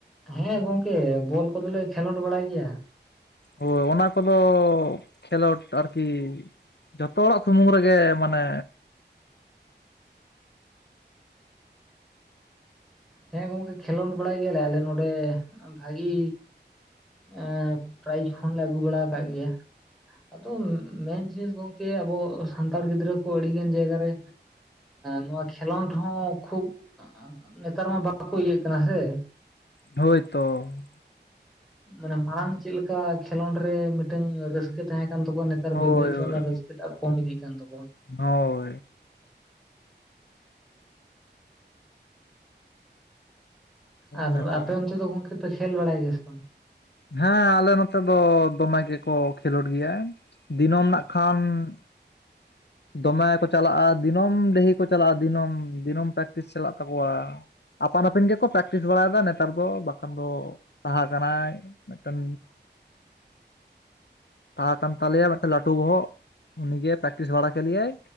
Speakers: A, in the centre; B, on the left (about 65°).
A: ᱦᱮᱸ ᱜᱚᱝᱠᱮ ᱵᱚᱞ ᱠᱚᱫᱚᱞᱮ ᱠᱷᱮᱞᱳᱰ ᱵᱟᱲᱟᱭ ᱜᱮᱭᱟ।
B: ᱦᱳᱭ ᱚᱱᱟ ᱠᱚᱫᱚ ᱠᱷᱮᱞᱳᱰ ᱟᱨᱠᱤ। ᱡᱚᱛᱚ ᱦᱚᱲᱟᱜ ᱥᱩᱢᱩᱝ ᱨᱮᱜᱮ ᱢᱟᱱᱮᱼᱼ
A: ᱦᱮᱸ ᱜᱚᱝᱠᱮ ᱠᱷᱮᱞᱚᱸᱰ ᱵᱟᱲᱟᱭ ᱜᱮᱭᱟᱞᱮ ᱟᱞᱮ ᱱᱚᱰᱮ ᱵᱷᱟᱜᱤᱼᱼ ᱮ ᱯᱨᱟᱭᱤᱡᱽ ᱠᱷᱚᱱᱞᱮ ᱟᱹᱜᱩ ᱵᱟᱲᱟ ᱟᱠᱟᱫ ᱜᱮᱭᱟ ᱾ ᱟᱫᱚ ᱢᱮᱱ ᱡᱤᱱᱤᱥ ᱜᱚᱝᱠᱮ ᱟᱵᱚ ᱥᱟᱱᱛᱟᱲ ᱜᱤᱫᱽᱨᱟᱹ ᱠᱚ ᱟᱹᱰᱤ ᱜᱟᱱ ᱡᱟᱭᱜᱟ ᱨᱮᱼᱼ ᱱᱚᱣᱟ ᱠᱷᱮᱞᱳᱰ ᱦᱚᱸ ᱠᱷᱩᱵᱼᱼ ᱱᱮᱛᱟᱨ ᱢᱟ ᱵᱟᱠᱚ ᱤᱭᱟᱹᱜ ᱠᱟᱱᱟ ᱥᱮ ᱾
B: ᱦᱳᱭ ᱛᱚ ᱾
A: ᱢᱟᱱᱮ ᱢᱟᱲᱟᱝ ᱪᱮᱫ ᱞᱮᱠᱟ ᱠᱷᱮᱞᱚᱸᱰ ᱨᱮ ᱢᱤᱫᱴᱟᱝ ᱨᱟᱹᱥᱠᱟᱹ ᱛᱟᱦᱮᱸ ᱠᱟᱱ ᱛᱟᱠᱚᱣᱟ ᱟᱨ
B: ᱦᱳᱭ
A: ᱵᱟᱹᱭ ᱵᱟᱹᱭᱛᱮ
B: ᱦᱳᱭ
A: ᱚᱱᱟ ᱨᱟᱹᱥᱠᱟᱹ ᱴᱟᱜ ᱠᱚᱢ ᱤᱫᱤᱜ ᱠᱟᱱ ᱛᱟᱠᱚᱣᱟ᱾
B: ᱦᱳᱭ ᱾
A: ᱟᱨ
B: ᱱᱮᱛᱚ
A: ᱟᱯᱮ ᱚᱱᱛᱮ ᱫᱚ ᱜᱚᱝᱠᱮ ᱯᱮ ᱠᱷᱮᱞ ᱵᱟᱲᱟᱭ ᱜᱮᱭᱟ ᱥᱮ ᱵᱟᱝ?
B: ᱦᱮᱸ ᱟᱞᱮ ᱱᱚᱛᱮ ᱫᱚ ᱫᱚᱢᱮ ᱜᱮᱠᱚ ᱠᱷᱮᱞᱳᱰ ᱜᱮᱭᱟ ᱫᱤᱱᱟᱹᱢ ᱱᱟᱜ ᱠᱷᱟᱱ ᱼᱼ ᱫᱚᱢᱮ ᱠᱚ ᱪᱟᱞᱟᱜᱼᱟ ᱫᱤᱱᱚᱢ ᱰᱟᱹᱦᱤ ᱠᱚ ᱪᱟᱞᱟᱜᱼᱟ ᱫᱤᱱᱚᱢ ᱫᱤᱱᱟᱹᱢ ᱯᱨᱮᱠᱴᱤᱥ ᱪᱟᱞᱟᱜ ᱛᱟᱠᱚᱣᱟ ᱾ ᱟᱯᱟᱱ ᱟᱹᱯᱤᱱ ᱜᱮᱠᱚ ᱯᱨᱮᱠᱴᱤᱥ ᱵᱟᱲᱟᱭᱮᱫᱟ ᱱᱮᱛᱟᱨ ᱫᱚ ᱵᱟᱠᱷᱟᱱ ᱫᱚ ᱛᱟᱦᱮᱸ ᱠᱟᱱᱟᱭᱼᱼ ᱢᱮᱫᱴᱮᱱᱼᱼ
A: <inaudible>
B: ᱛᱟᱦᱮᱸ ᱠᱟᱱ ᱛᱟᱞᱮᱭᱟ ᱢᱤᱫᱴᱮᱱ ᱞᱟᱹᱴᱩ ᱵᱚᱦᱚᱜ ᱩᱱᱤᱜᱮ ᱯᱮᱠᱴᱤᱥ ᱵᱟᱲᱟᱼᱼ ᱠᱮᱞᱮᱭᱟᱭ